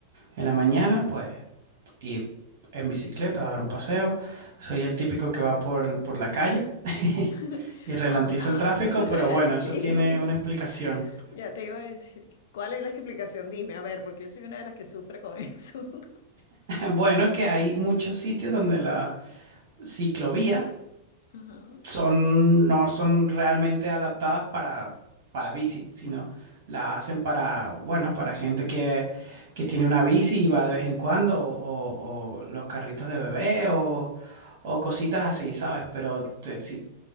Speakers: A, on the right; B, on the left.
A: En la mañana, pues ir en bicicleta, dar un paseo. Soy el típico que va por, por la calle <laughs>
B: <laughs>
A: y ralentiza
B: Ajá,
A: el tráfico,
B: <laughs>
A: pero bueno,
B: sí,
A: eso tiene
B: sí.
A: una explicación. <laughs>
B: Ya te iba a decir, ¿cuál es la explicación? Dime, a ver, porque yo soy una de las que sufre con eso. <laughs>
A: Bueno, que hay muchos sitios donde la ciclovía
B: Ajá.
A: son, no son realmente adaptadas para, para bici, sino la hacen para, bueno, para gente que, que tiene una bici y va de vez en cuando, o, o- o los carritos de bebé, o, o cositas así, ¿sabes? Pero te- si